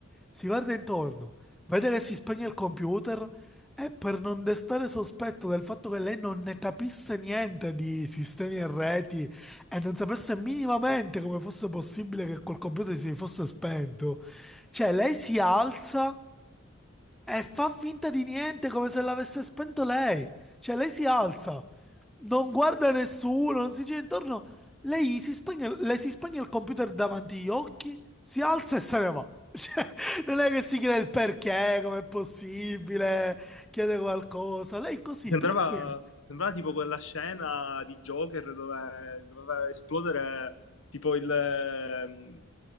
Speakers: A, in the centre; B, on the left.
A: si guarda intorno, vede che si spegne il computer e per non destare sospetto del fatto che lei non ne capisse niente di sistemi e reti e non sapesse minimamente come fosse possibile che quel computer si fosse spento, cioè lei si alza. E fa finta di niente come se l'avesse spento lei. Cioè, lei si alza, non guarda nessuno, non si gira intorno. Lei si spegne, le si spegne il computer davanti agli occhi, si alza e se ne va. Non è che si chiede il perché, com'è possibile, chiede qualcosa. Lei così,
B: Mi Sembrava,
A: tranquilla.
B: mi sembrava tipo quella scena di Joker dove doveva esplodere tipo il, ehm,